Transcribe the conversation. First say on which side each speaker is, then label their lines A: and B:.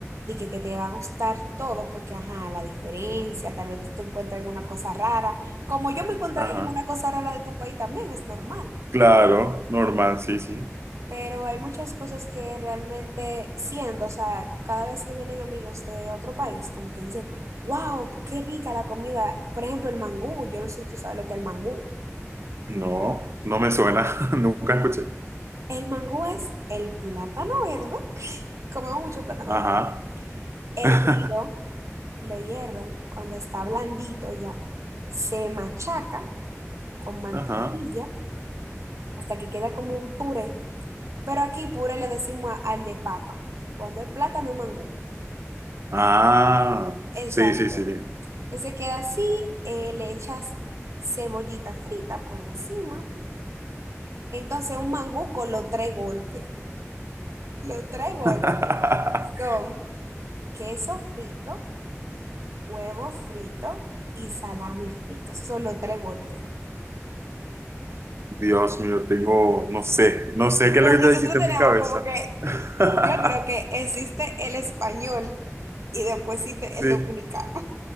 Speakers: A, on the right (about 75°); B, on the right (about 60°).
A: de que, que te va a gustar todo, porque, ajá, la diferencia, tal vez tú te encuentres alguna cosa rara, como yo me encontraría
B: Ajá.
A: alguna cosa rara de tu país también, es normal.
B: Claro, normal, sí, sí.
A: Pero hay muchas cosas que realmente siento, o sea, cada vez que vienen amigos de otro país, como que dicen, wow, qué rica la comida. Por ejemplo, el mangú, yo no sé si tú sabes lo que es el mangú.
B: No, no me suena. <laughs> Nunca escuché.
A: El mangú es el plátano verde. Comemos mucho plátano
B: Ajá.
A: verde. Hervido,
B: <laughs>
A: lo hierven. Cuando está blandito ya, se machaca con mantequilla
B: Ajá.
A: hasta que queda como un puré. Pero aquí puré le decimos a- al de papa. Cuando es plátano es mangú.
B: Ah,
A: Exacto.
B: sí, sí, sí.
A: Entonces queda así, eh, le echas cebollita frita por encima. Entonces un mangú con los tres golpes. Los tres golpes
B: <laughs>
A: son queso frito huevo frito y salami frito. Esos son los tres golpes.
B: Dios mío, tengo, no sé, no sé qué
A: Bien,
B: es lo que te
A: nosotros
B: hiciste
A: tenemos
B: en mi cabeza.
A: como que,
B: <laughs>
A: yo creo que existe el español y después existe
B: Sí.
A: el dominicano.